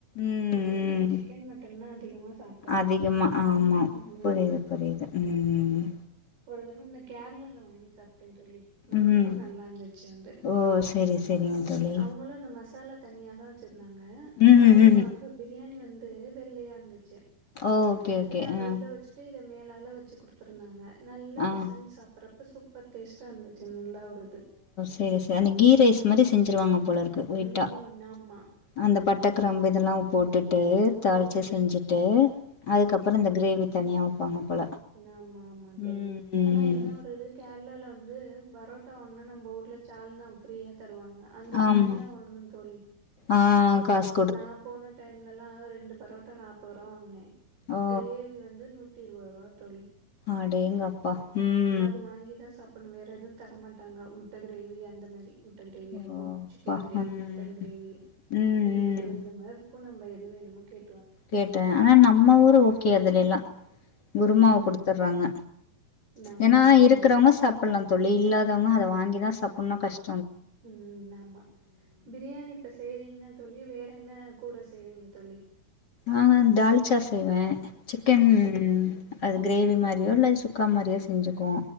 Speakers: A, on the left (about 30°); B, on the right (about 85°).
A: ம்
B: எப்டின்ட்டு
A: ம்
B: சிக்கன் மட்டன்னா அதிகமா சாப்ட்ருக்கே
A: அதிகமா
B: வந்துட்டு பிரியாணி
A: ஆமா
B: ம் ம்
A: புரியுது
B: ம்
A: புரியுது ம் ம் ம்
B: ஒரு தரவ ந கேரளால வாங்கி சாப்ட தோழி நா
A: ம்
B: ரொம்ப நல்லா இருந்துச்சு அந்து
A: ஓ செரி செரிங்க தோழி
B: அவுங்களே அந்த மசாலா தனியா தா வச்ருந்தாங்க
A: ம்
B: சாதோ
A: ம்
B: வந்து பிரியாணி வந் ந்து வெள்ளயா இந்துச்சு
A: ஓகே
B: எப்டினா
A: ஓகே
B: அத
A: ஆ
B: உள்ள வச்சிட்டு இத மேலால வச்சு குடுத் துருதாங்க நல்ல
A: ஆ
B: பெசஞ் சாப்புறப்ப சூப்பர் டேஸ்ட்டா இந்துச்சி நல்லா ஒரு இது
A: சேரி ச அந்த கீ ரைஸ் மாரி செஞ்ருவாங்க போல இருக்கு ஒய்ட்டா
B: ம் ஆமா
A: அந்த பட்ட கிரம்பு இதெல்லா போடுட்டு
B: ம்
A: தாள்சு
B: போட்டுட்டு
A: செஞ்சிட்டு அதுக்கப்ற இந்த கிரேவி தனியா வெப்பாங்க போல
B: நாம ஆமா தோழி
A: ம் ம்
B: ஆனா என்ன ஒரு இது கேர்ளால வந்து பரோட்டா வாங்னா நம்ப ஊர்ல சால்னா அவங் ஃப்ரீயா தருவாங்க அங்க
A: ஆமா
B: தனியா வாங்கனு தோழி
A: ஆ காஸ்
B: நா போன டைம்லலா ரெண்டு பரோட்டா நாப்றோருவா வாங்னே
A: ஓ
B: கிரேவி வந்து நூ த்தி இருவருவா தோழி
A: அடேங்கப் பா ம்
B: அது வாங்கி தா சாப்புன்னு வேற எது தர மாட்டாங்க மு ட்ட கிரேவி அந்த மேரி முட்ட கிரேவி
A: ஓ
B: இருக்கு
A: அப்பா
B: சிக்கன் கிரேவி
A: ம்
B: மட்டன் கிரேவி
A: ம் ம்
B: பீஃப் பு இந்த மார்ருக்கு நம்ப எது வேணுமோ கே
A: கேட்ட ஆனா நம்ம ஊரு ஓகே அதுலிலா குருமாவ
B: ம்
A: குடுத்துற்றாங்க
B: ஆமா
A: ஏனா
B: ஆமா
A: இருக்கறவங்க
B: கண்டிப்பா
A: சாப்புல்லா தோழி இல்லாதவங்க அத வாங்கிதா சாப்புன்னா கஷ்
B: ம் ஆமா பிரியாணி இப்ப செய்றீங்னா தோழி வேற என்ன கூட செய்வீங்க தோழி
A: ஆ தால்ச்சா செய்வே சிக்கன் ம் அது கிரேவி மாரியோ இல்ல சுக்கா மாரியோ செஞ்சுக்வோ